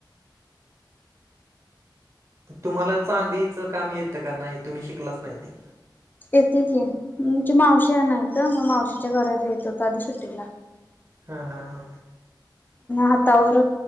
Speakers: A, on the right (about 40°); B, on the left (about 25°).
A: तुम्हाला चांदीच काम येतं का नाही तुम्ही शिकलाच नाही ते
B: येते की म्हणे मावशी नाहीत मग मावशीच्या घरात येत होत आधी सुट्टीला
A: हा हा हा
B: हातावर